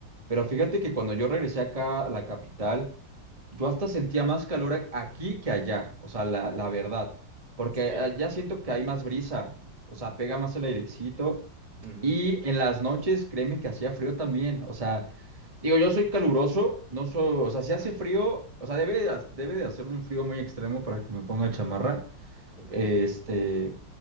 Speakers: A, on the right; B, on the right.
A: pero fíjate que cuando yo regresé acá a la capital, yo hasta sentía más calor a- aquí que allá, o sea, la, la verdad, porque
B: Sí.
A: allá siento que hay más brisa, o sea, pega más el airecito
B: Ujú,
A: y en las noches, créeme que hacía frío también, o sea, digo, yo soy caluroso, no soy, o sea, si hace frío, o sea, debe, de ha- debe de hacer un frío muy extremo para que me ponga chamarra.
B: Ok.
A: Este,